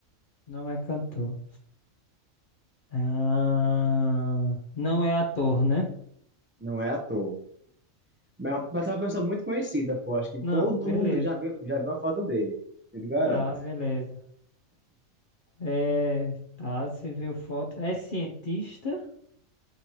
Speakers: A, on the left; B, on the right.
A: não é cantor. Ahn, não é ator, né?
B: não é ator. Mas é mas é uma pessoa muito conhecida, pô. Acho que
A: Não,
B: todo
A: beleza.
B: mundo já viu, já viu a foto dele. Eu te garanto.
A: Ah, beleza. É, tá, você viu foto. É cientista?